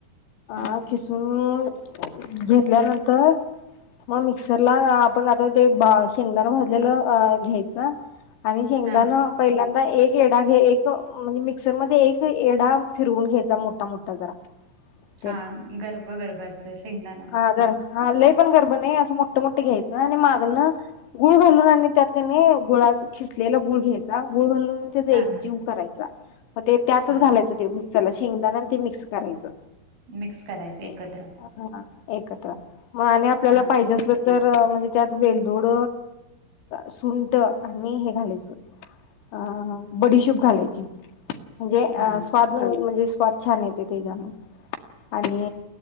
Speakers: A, on the right (about 55°); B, on the left (about 90°).
A: हा..
B: अ खिसून घेतल्यानंतर मग मिक्सरला आपण आता ते बा शेंगदानं भाजलेलं घ्यायच आणि शेंगदान
A: हा
B: पहिल्यांदा एक येडा घे. एक म्हणजे मिक्सर मध्ये एक येडा फिरवून घ्यायचा मोठा मोठा जरा ते
A: हा गर्भ गर्भ अस शेंगदाना.
B: ह जरा ह लय पण गरब नाही. असं मोठं मोठ घ्यायचं आणि मागण गुळ घालून आणि त्यात कणी गुळाचं खिसलेला गुळ घ्यायचा. गुळ घालून त्याचा
A: हा
B: एक जीव करायचा. मग ते त्यातच
A: हा
B: घालायचं ते मिक्सरला शेंगदान आणि ते मिक्स करायचं.
A: मिक्स करायचं एकत्र.
B: ते हा एकत्र मग आणि आपल्याला
A: हा
B: पाहिजे असल तर म्हणजे त्यात वेलदोड, सुंट आणि हे घालायचं. अ बडीशोप घालायची. म्हणजे अ
A: हा
B: स्वाद म्हणजे स्वाद छान येते तेज्याने आणि